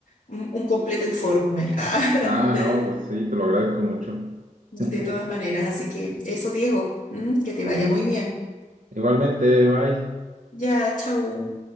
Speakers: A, on the left; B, on the right.
A: un, un completo informe. <laughs>
B: Ah, no, pues sí, te lo agradezco mucho.
A: De
B: <laughs>
A: todas maneras, así que eso, Diego, ¿m? que te vaya muy bien.
B: Igualmente, bye.
A: Ya, chau.